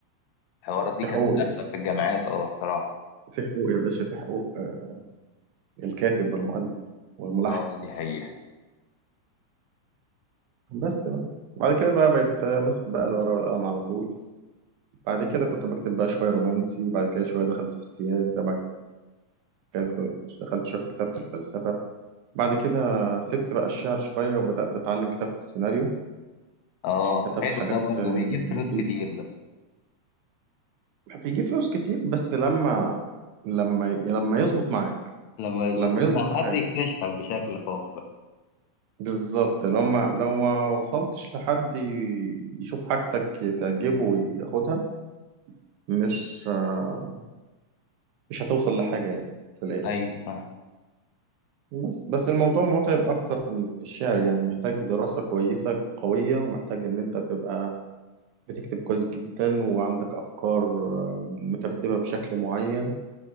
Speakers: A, on the left; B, on the right.
A: الحوارات دي
B: في
A: كانت
B: حقوق
A: بتحصل
B: يا باشا
A: في الجامعات اه الصراحه
B: في حقوق يا باشا في حقوق آه، الكاتب والمؤلف والملحن
A: اه دي حقيقه
B: بس بقى بعد كده بقى بقيت آه، ماسك بقى الورقة والقلم على طول بعد كده كنت بكتب بقى شوية رومانسي بعد كده شوية دخلت في السياسة بعد كده دخل- دخلت شوية في كتابة الفلسفة بعد كده سبت بقى الشعر شوية وبدأت أتعلم كتابة السيناريو
A: اه
B: كتبت
A: حلو
B: حاجات
A: ده برضه
B: آه،
A: بيجيب
B: بسيطة
A: فلوس كتير ده
B: بيجيب فلوس كتير بس لما لما لما يظبط معاك
A: لما يظبط
B: لما يظبط
A: لما
B: في
A: حد
B: حاجة
A: يكتشفك بشكل خاص بقى
B: بالظبط لو ما لو ما وصلتش لحد ي- يشوف حاجتك تعجبه وياخدها مش آه، مش هتوصل لحاجة يعني في الآخر
A: ايوه فاهم
B: بس بس الموضوع متعب أكتر من الشعر يعني محتاج دراسة كويسة قوية ومحتاج إن أنت تبقى بتكتب كويس جدا وعندك أفكار آه، مترتبة بشكل معين